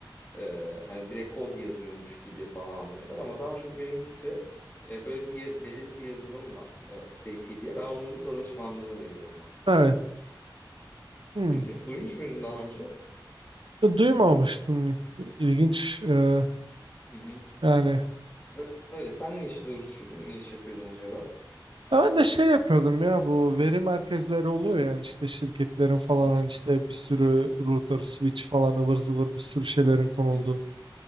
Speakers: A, on the left; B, on the right.
A: Ee, hani direkt kod yazıyormuş gibi falan anlıyorlar ama daha çok benimkisi e, böyle bir belirli bir yazılım var e, SAP diye ben onun danışmanlığını veriyorum aslında.
B: Evet. Hı.
A: Hı hı. Duymuş muydun daha önce?
B: Duymamıştım. İlginç. e,
A: Hı hı.
B: yani.
A: Ö- Öyle. Sen ne işle uğraşıyordun? Ne iş yapıyordun acaba?
B: Ya Ben de şey yapıyordum ya bu veri merkezleri oluyor yani işte şirketlerin falan
A: Hı hı.
B: hani işte bir sürü router,
A: Hı
B: switch falan ıvır zıvır bir sürü şeylerin konuldu.
A: hı.